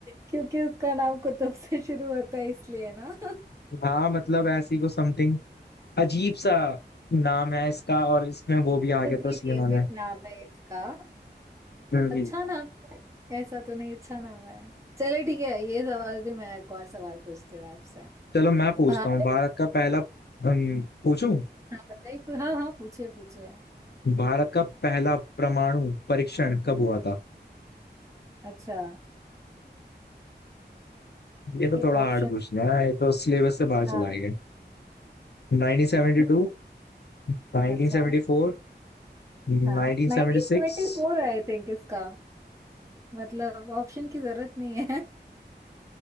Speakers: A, on the right; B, on the left.
A: क्योंकि उसका नाम कुतुब से शुरू होता है इसलिए ना <laughs>
B: हाँ मतलब ऐसी को समथिंग अजीब सा नाम है इसका और इसमें वो भी
A: कुतुबुद्दीन
B: आ गया था इसलिए मैंने
A: ऐबक नाम है इसका
B: हम्म।
A: अच्छा नाम है ऐसा तो नहीं अच्छा नाम है चले ठीक है ये सवाल भी मैं एक और सवाल पूछती हूँ आपसे
B: चलो मैं पूछता
A: भारत
B: हूँ भारत का पहला अम, पूछूं
A: हाँ बताइए हाँ हाँ पूछिए पूछिए
B: भारत का पहला परमाणु परीक्षण कब हुआ था
A: अच्छा
B: ये तो
A: ये
B: थोड़ा
A: ऑप्शन
B: हार्ड पूछना है ये तो सिलेबस से बाहर चला
A: हाँ
B: गया 1972
A: नहीं,
B: 1974
A: अच्छा
B: 1976
A: हाँ nineteen seventy four I think इसका मतलब ऑप्शन की जरूरत नहीं है